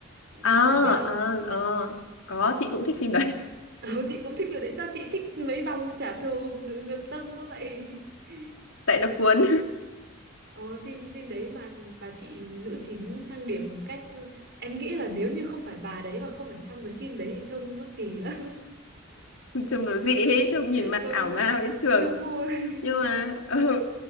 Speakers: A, on the left; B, on the right.
A: ờ
B: chị có biết không
A: ờ ờ có chị cũng thích phim đấy <laughs>
B: <laughs> Ờ, chị cũng thích phim đấy sao chị thích mấy dòng trả thù ng ngược tâm có vậy <laughs>
A: tại nó cuốn
B: ôi phim phim đấy mà bà chị nữ chính trang điểm một cách em nghĩ là nếu như không phải bà đấy và không phải trong cái phim đấy thì trông nó kỳ lắm
A: <laughs> trông nó dị ấy trông
B: <laughs>
A: nhìn mặt
B: đúng
A: ảo
B: rồi
A: ma với trường
B: đúng rồi
A: nhưng mà <laughs> ừ,